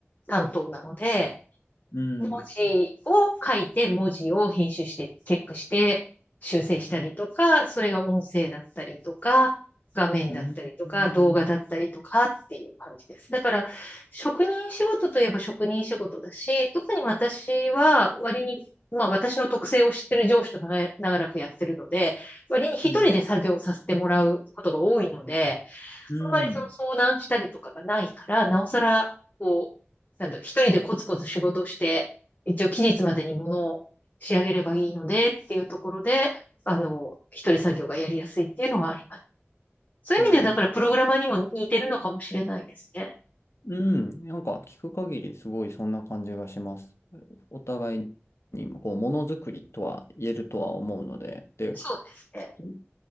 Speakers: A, on the left (about 35°); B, on the left (about 75°).
A: 担当なので、
B: うん。
A: 文字を書いて、文字を編集して、チェックして、修正したりとか、それが音声だったりとか、画面だったりとか、
B: うん。うん。
A: 動画だったりとかっていう感じです。だから、職人仕事といえば職人仕事だし、特に私は割に、まあ私の特性を知ってる上司と長い長らくやってるので、割に一人で作業させてもらうことが多いので、
B: うん。うん
A: あんまりその相談したりとかがないから、なおさら、こう、なんだろう、一人でコツコツ仕事をして、一応期日までに物を仕上げればいいのでっていうところで、あの、一人作業がやりやすいっていうのはあります。そういう意味では、
B: なるほど。
A: だからプログラマーにも似てるのかもしれないですね。
B: うん。なんか聞く限りすごいそんな感じがします。お互いにこうものづくりとは言えるとは思うので、で、
A: そうですね。
B: 書き